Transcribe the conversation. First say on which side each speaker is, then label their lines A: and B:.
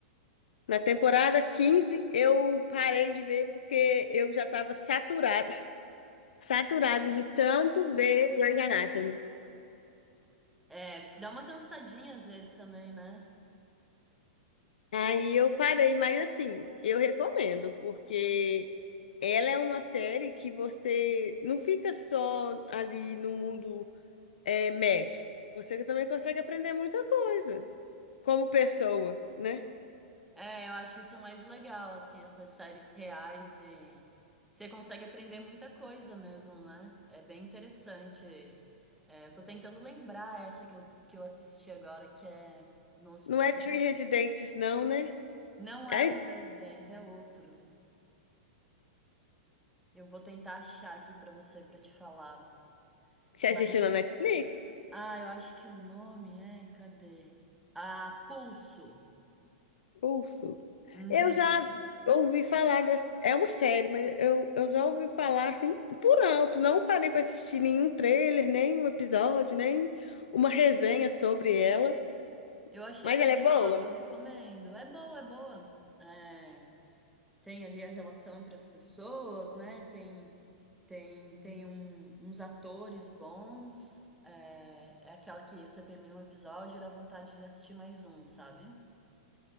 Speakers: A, on the left; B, in the centre.
A: Na temporada 15 eu parei de ver porque eu já estava saturada saturada de tanto ver Grey's Anatomy.
B: É, dá uma cansadinha às vezes também, né?
A: Aí eu parei, mas assim, eu recomendo, porque ela é uma série que você não fica só ali no mundo é, médico. Você também consegue aprender muita coisa como pessoa, né?
B: É, eu acho isso mais legal, assim, essas séries reais e que você consegue aprender muita coisa mesmo, né? É bem interessante. É, eu tô tentando lembrar essa que eu, que eu assisti agora, que é no hospital.
A: Não é Three Residentes, não, né?
B: Não
A: É,
B: é o Resident, é outro. Eu vou tentar achar aqui pra você, pra te falar.
A: você
B: Mas,
A: assistiu na Netflix?
B: ah, eu acho que o nome é, cadê? Ah, Pulso.
A: Pulso.
B: Uhum.
A: Eu já ouvi falar dessa. É uma série, mas eu, eu já ouvi falar assim por alto. Não parei para assistir nenhum trailer, nem um episódio, nem uma resenha sobre ela.
B: Eu achei
A: Mas
B: legal,
A: ela é boa.
B: eu recomendo. É boa, é boa. É. tem ali a relação entre as pessoas, né? Tem tem tem um- uns atores bons. É, é aquela que você termina um episódio e dá vontade de assistir mais um, sabe?